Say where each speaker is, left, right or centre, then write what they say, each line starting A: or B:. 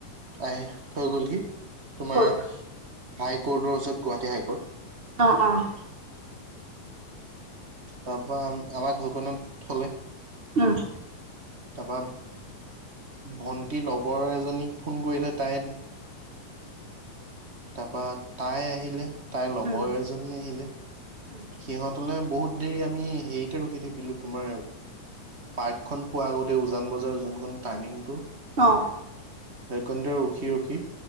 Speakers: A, on the right; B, on the right.
A: আহি থৈ গলহি। তোমাৰ
B: ক'ত
A: হাই কৰ্টৰ ওচৰত গুৱাহাটী হাই কৰ্ট।
B: অ', অ'।
A: তাৰপা আমাক সইকনত থলে।
B: উ।
A: তাপা ভন্টি লগৰ এজনীক ফোন কৰিলে তাই তাপা তাই আহিলে, তাইৰ লগৰ
B: উম
A: এজনী আহিলে,
B: উম,
A: সিহঁত ফালে বহুত দেৰি আমি হেৰিতে ৰখি থাকিলো তোমাৰ পাৰ্কখন পোৱা আগতে উজান বজাৰ জোনখন টাৰ্ণিংটো
B: অ'।
A: সেকণতে ৰখি, ৰখি